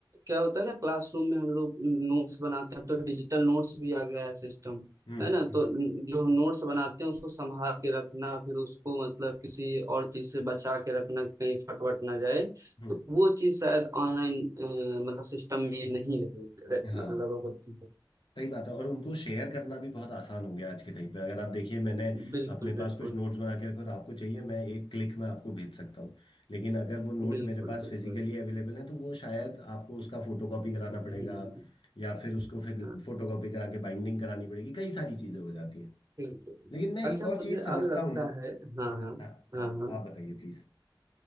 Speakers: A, on the right; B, on the left.
A: क्या होता है ना क्लासरूम में हम लोग नोट्स बनाते हैं तो डिजिटल नोट्स भी आ गया है सिस्टम
B: हम्म
A: है ना
B: हम्म
A: तो जो हम नोट्स बनाते हैं उसको संभाल के रखना फिर उसको मतलब किसी और चीज से बचा के रखना कहीं फट वट ना जाए
B: हम्म,
A: तो वो चीज शायद ऑनलाइन मतलब सिस्टम में ये नहीं रहे रहे-
B: हाँ
A: मतलब होती है
B: सही बात है और उनको शेयर करना भी बहुत आसान हो गया आज के टाइम पे अगर आप देखिए मैंने
A: बिल्कुल
B: अपने पास
A: बिल्कुल
B: कुछ नोट्स बना के रखे और आपको चाहिए मैं एक क्लिक में आपको भेज सकता हूँ लेकिन अगर वो नोट
A: बिल्कुल
B: मेरे पास
A: बिल्कुल
B: फिजिकली अवेलेबल है तो वो शायद आपको उसका फोटोकॉपी कराना पड़ेगा
A: हम्म
B: या फिर उसको फिर
A: हाँ।
B: फोटोकॉपी करा के बाइंडिंग करानी पड़ेगी कई सारी चीजें हो जाती है
A: ठीक है
B: लेकिन मैं एक
A: अच्छा
B: और
A: मुझे
B: चीज समझता
A: अब लगता
B: हूँ
A: है हाँ हाँ
B: हाँ अ,
A: हाँ हाँ
B: आप बताइए प्लीज